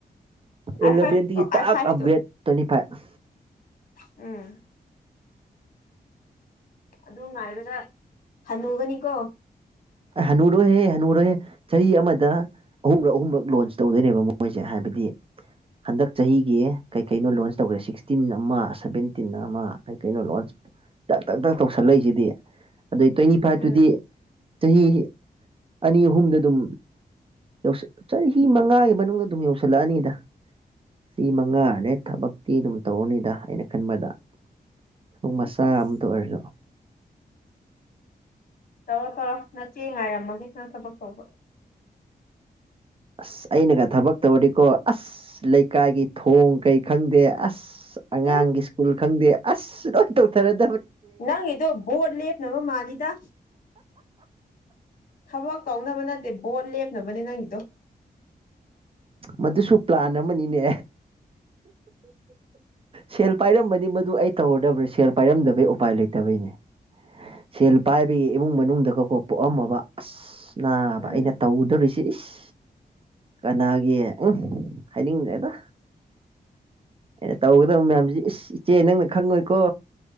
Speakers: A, on the right (about 35°); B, on the left (about 55°).
A: ꯑꯦꯂꯚꯦꯟꯇꯒꯤ
B: ꯑꯥꯏ ꯐꯥꯏꯚ
A: ꯇꯥꯛ
B: ꯑꯥꯏ ꯐꯥꯏꯚꯇꯣ
A: ꯑꯞꯒ꯭ꯔꯦꯗ ꯇ꯭ꯋꯦꯟꯇꯤ ꯐꯥꯏꯚ
B: ꯎꯝ ꯑꯗꯨ ꯉꯥꯏꯕꯗ ꯍꯜꯂꯨꯒꯅꯤꯀꯣ
A: ꯍꯅꯨꯔꯣꯏꯍꯦ ꯍꯅꯨꯔꯣꯏꯍꯦ ꯆꯍꯤ ꯑꯃꯗ ꯑꯍꯨꯝꯔꯛ ꯑꯍꯨꯝꯔꯛ ꯂꯣꯟꯁ ꯇꯧꯗꯣꯏꯅꯦꯕ ꯃꯣꯏꯁꯦ ꯍꯥꯏꯕꯗꯤ ꯍꯟꯗꯛ ꯆꯍꯤꯒꯤ ꯀꯩ ꯀꯩꯅꯣ ꯂꯣꯟꯁ ꯇꯧꯈ꯭ꯔꯦ ꯁꯤꯛꯁꯇꯤꯟ ꯑꯃ ꯁꯚꯦꯟꯇꯤꯟ ꯑꯃ ꯀꯩ ꯀꯩꯅꯣ ꯂꯣꯟꯁ ꯇꯛ ꯇꯛ ꯇꯛ ꯇꯧꯁꯜꯂꯛꯏꯁꯤꯗꯤ ꯑꯗꯨꯗꯩ ꯇ꯭ꯋꯦꯟꯇꯤ ꯐꯥꯏꯚꯇꯨꯗꯤ
B: ꯎꯝ
A: ꯆꯍꯤ ꯑꯅꯤ ꯑꯍꯨꯝꯗ ꯑꯗꯨꯝ ꯌꯧꯁ ꯆꯍꯤ ꯃꯉꯥꯒꯤ ꯃꯅꯨꯡꯗ ꯑꯗꯨꯝ ꯌꯧꯁꯤꯜꯂꯛꯑꯅꯤꯗ ꯁꯤ ꯃꯉꯥꯔꯅꯦ ꯊꯕꯛꯇꯤ ꯑꯗꯨꯝ ꯇꯧꯔꯅꯤꯗ ꯑꯩꯅ ꯈꯟꯕꯗ ꯊ ꯃꯆꯥ
B: ꯏꯁ ꯏꯁ
A: ꯑꯝꯇ ꯑꯣꯏꯔꯁꯨ
B: ꯇꯧꯔꯣ ꯇꯧꯔꯣ ꯅꯪ ꯆꯦ ꯉꯥꯏꯔꯝꯃꯒꯦ ꯅꯪ ꯊꯕꯛ ꯇꯧꯕ
A: ꯑꯁ ꯑꯩꯅꯒ ꯊꯕꯛ ꯇꯧꯗꯤꯀꯣ ꯑꯁ ꯂꯩꯀꯥꯏꯒꯤ ꯊꯣꯡ ꯀꯩ ꯈꯪꯗꯦ ꯑꯁ ꯑꯁ ꯑꯉꯥꯡꯒꯤ
B: ꯎꯝ
A: ꯁ꯭ꯀꯨꯜ ꯈꯪꯗꯦ ꯑꯁ ꯂꯣꯏꯅ ꯇꯧꯊꯔꯗꯤ
B: ꯅꯪꯒꯤꯗꯣ ꯕꯣꯠ ꯂꯦꯞꯅꯕ ꯃꯥꯜꯂꯤꯗ ꯊꯕꯛ ꯀꯧꯅꯕ ꯅꯠꯇꯦ ꯕꯣꯠ ꯂꯦꯞꯅꯕꯅꯦ ꯅꯪꯒꯤꯗꯣ
A: ꯃꯗꯨꯁꯨ ꯄ꯭ꯂꯥꯟ ꯑꯃꯅꯤꯅꯦ ꯁꯦꯜ ꯄꯥꯏꯔꯝꯕꯅꯤ ꯃꯗꯨ ꯑꯩ ꯇꯧꯔꯗꯕ꯭ꯔꯥ ꯁꯦꯜ ꯄꯥꯏꯔꯝꯗꯕꯩ ꯎꯄꯥꯏ ꯂꯩꯇꯕꯩꯅꯦ ꯁꯦꯜ ꯄꯥꯏꯕꯒꯤ ꯏꯃꯨꯡ ꯃꯅꯨꯡꯗꯒꯀꯣ ꯄꯣꯛꯑꯝꯃꯕ ꯑꯁ ꯅꯥꯕ
B: ꯎꯝ
A: ꯑꯩꯅ ꯇꯧꯗꯣꯔꯤꯁꯤꯦ ꯏꯁ ꯀꯅꯥꯒꯤ ꯎꯝ ꯍꯥꯏꯅꯤꯡꯗꯦꯗ ꯑꯩꯅ ꯇꯧꯒꯗꯕ ꯃꯌꯥꯝꯁꯤ ꯏꯁ ꯏꯆꯦ ꯅꯪꯅ ꯈꯪꯉꯣꯏꯀꯣ